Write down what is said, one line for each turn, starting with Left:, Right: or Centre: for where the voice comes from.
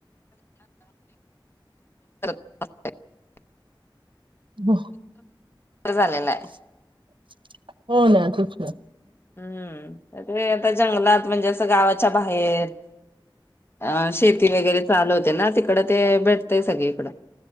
Left: <unintelligible>
Right: ह
Left: झालेला
Right: <inaudible>
Left: आहे
Right: हो ना तूच ना
Left: हम्म, आता जंगलात म्हणजे, गावाच्या बाहेर... अ, शेती वगैरे चालू होते ना ते, इकड ते भेटतंय सगळीकडं,